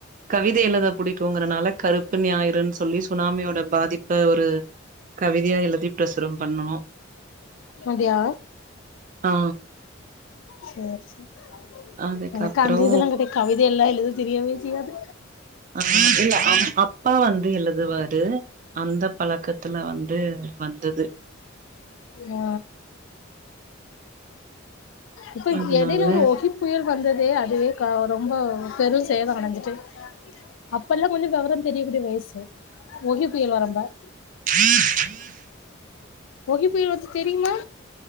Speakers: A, on the right; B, on the left.
A: கவித எழுத புடிக்குங்கறனால கருப்பு ஞாயிறுன் சொல்லி சுனாமியோட பாதிப்ப ஒரு கவிதையா எழுதி ப்ரசுரம் பண்ணோ
B: அப்டியா
A: ஆ
B: சேர் சேர்
A: அதுக்கப்றோ
B: எனக்கு அந்த இதெல்லாங்கூட கவில் இதெல்லா எழுத தெரியவே தெரியாது
A: ஆ <inaudible> என் அப் அப்பா வந்து எழுதுவாரு அந்த பழக்கத்தில வந்து வந்தது
B: ஆ இப்ப
A: அதனால
B: எடைல ஒரு ஒகிப்புயல் வந்ததே அதுவே கா ரொம்ப பெரூ சேதமடஞ்சிட்டு அப்பல்லாம் கொஞ்சோம் வெவரம் தெரியக் கூடிய வயசு ஒஹி புயல் வரப்ப
A: <unintelligible>
B: ஒகி புயல் வர்து தெரியுமா